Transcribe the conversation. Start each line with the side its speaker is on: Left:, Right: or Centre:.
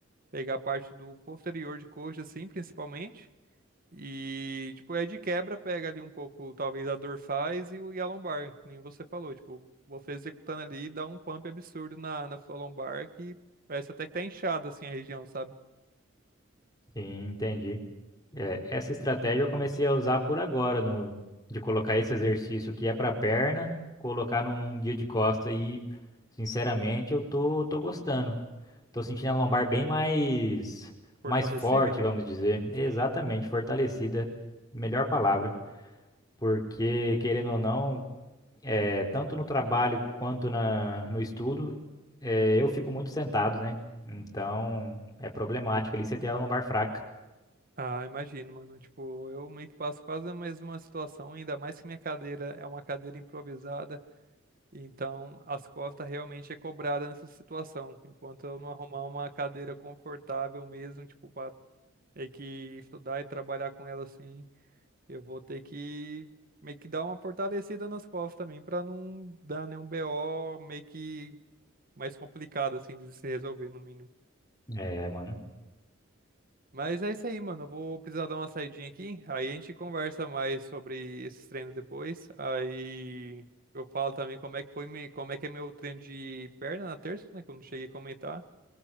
Right: pegar a parte do posterior de coxa, assim, principalmente. E, tipo, é de quebra, pega ali um pouco, talvez, a dorsais e, o- e a lombar, que nem você falou. Tipo, você executando ali, dá um pump absurdo na, na sua lombar, que parece até que tá inchada, assim, a região, sabe?
Left: sim, entendi. É, essa estratégia eu comecei a usar por agora, no, de colocar esse exercício que é para perna, colocar num dia de costa e, sinceramente, eu tô, tô gostando. Tô sentindo a lombar bem mais,
Right: Fortalecida.
Left: mais forte, vamos dizer. Exatamente,
Right: Sim.
Left: fortalecida, melhor palavra. Porque, querendo ou não, é, tanto no trabalho quanto na, no estudo, é, eu fico muito sentado, né? Então, é problemático ali você ter a lombar fraca.
Right: Ah, imagino, mano. Tipo, eu meio que passo quase a mesma situação, ainda mais que minha cadeira é uma cadeira improvisada, então as costas realmente é cobrada nessa situação. Enquanto eu não arrumar uma cadeira confortável mesmo, tipo, pra ter que estudar e trabalhar com ela assim. Eu vou ter que meio que dar uma fortalecida nas costas também pra não dar nenhum BO meio que mais complicado assim de se resolver no mínimo.
Left: É, mano.
Right: Mas é isso aí, mano. Eu vou precisar dar uma saidinha aqui. Aí a gente conversa mais sobre esses treinos depois. Aí eu falo também como é que foi, me- como é que é meu treino de perna na terça, né? Que eu não cheguei a comentar.